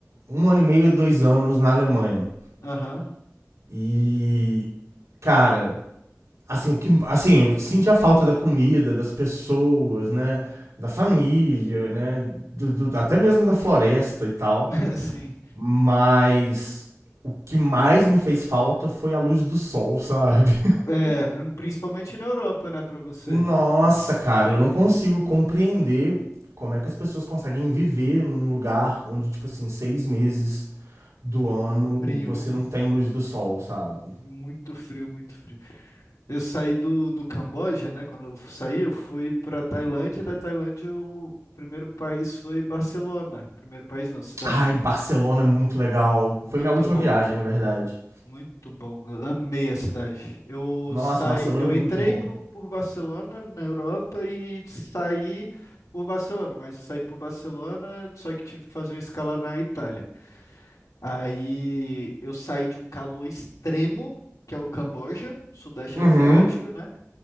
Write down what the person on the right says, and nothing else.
um ano e meio, dois anos na Alemanha.
E, cara, assim, o que, assim, eu senti a falta da comida, das pessoas, né? Da família, né? Do, do- até mesmo
da floresta e tal.
Mas o que mais me fez falta foi a luz do sol, sabe? <laughs>
Nossa, cara, eu não consigo compreender como é que as pessoas conseguem viver num lugar onde, tipo assim, seis meses do ano
você não tem luz do sol, sabe?
Ai, Barcelona é muito legal.
Foi minha última
viagem, na verdade.
Nossa,
Barcelona
é
muito bom.
Uhum.